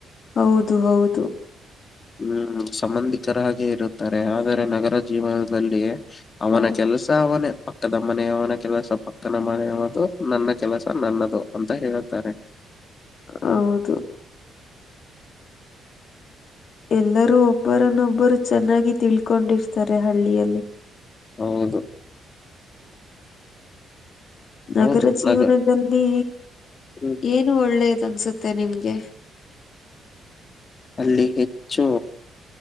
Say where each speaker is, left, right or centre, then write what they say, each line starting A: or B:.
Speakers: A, on the left; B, on the left.
A: ಹೌದು ಹೌದು
B: ಹ್ಮ್ ಸಂಬಂಧಿಕರಾಗಿ ಇರುತ್ತಾರೆ ಆದರೆ ನಗರ ಜೀವನದಲ್ಲಿ ಅವನ
A: ಹ
B: ಕೆಲಸ ಅವನೇ ಪಕ್ಕದ ಮನೆಯವನ ಕೆಲಸ ಪಕ್ಕನ ಮನೆಯವದು ನನ್ನ ಕೆಲಸ ನನ್ನದು ಅಂತ ಹೇಳ್ತಾರೆ
A: ಹೌದು ಎಲ್ಲರೂ ಒಬ್ಬರನ್ನ ಒಬ್ಬರು ಚೆನ್ನಾಗಿ ತಿಳ್ಕೊಂಡಿರ್ತಾರೆ ಹಳ್ಳಿಯಲ್ಲಿ
B: ಹೌದು
A: ನಗರ
B: ಹೌದು
A: ಜೀವನದಲ್ಲಿ
B: ನಗ ಹ್ಮ್
A: ಏನು ಒಳ್ಳೆಯದ ಅನ್ಸುತ್ತೆ ನಿಮ್ಗೆ
B: ಅಲ್ಲಿ ಹೆಚ್ಚು